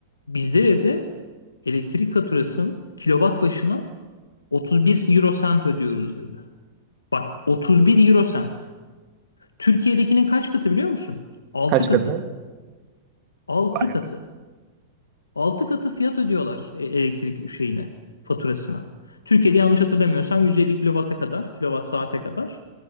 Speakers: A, on the left (about 85°); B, on the right (about 40°).
A: Bizde dedi elektrik faturasının kilowatt başına 31 euro sent ödüyoruz dedi. Bak 31 euro sent. Türkiye'dekinin kaç katı biliyor musun? 6
B: Kaç
A: katı.
B: katı?
A: Altı
B: Vay
A: katı.
B: be.
A: 6 katı fiyat ödüyorlar e, elektrik şeyine, faturasına. Türkiye'de yanlış hatırlamıyorsam 150 kilowata kadar, kilowatt saate kadar